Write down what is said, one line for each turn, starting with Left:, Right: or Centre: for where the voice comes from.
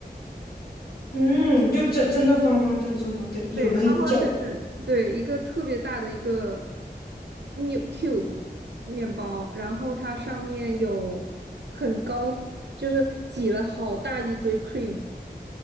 Left: 嗯，就真真的方方正正吗？对，有人叫。
Right: 对，方方正正，对，一个特别大的一个 m i 面 cube 面包，然后它上面有很高，就是挤了好大一堆 cream，